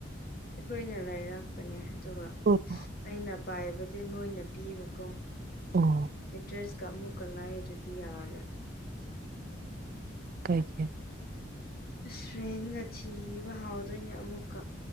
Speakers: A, on the left; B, on the right.
A: ꯑꯩꯈꯣꯏꯅ ꯂꯩꯥꯏꯔꯥꯛꯄꯅꯦ ꯑꯗꯨꯒ
B: ꯑꯣ ꯑꯣ
A: ꯑꯩꯅ ꯄꯥꯏꯕꯗꯤ ꯃꯣꯏꯅ ꯄꯤꯕꯀꯣ
B: ꯑꯣ
A: ꯃꯦꯇ꯭ꯔꯦꯁꯀꯥ ꯑꯃꯨꯛ ꯀꯥꯏ ꯑꯗꯨꯗꯤ ꯌꯥꯔ
B: ꯀꯥꯏꯒꯤ
A: ꯁ꯭ꯔꯦꯟꯒ ꯊꯤꯕ ꯍꯥꯎꯗꯣꯏꯅꯦ ꯑꯃꯨꯛꯀ